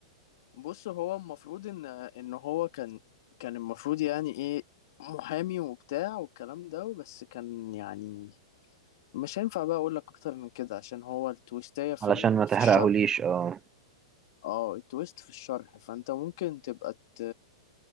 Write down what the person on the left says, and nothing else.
بص هو المفروض ان ان هو كان كان المفروض يعني ايه محامي وبتاع والكلام ده بس كان يعني مش هينفع بقى اقول لك اكتر من كده عشان هو التويستاية في
ال...
في الشرح يعني.
اه التويست في الشرح فانت ممكن تبقى ت...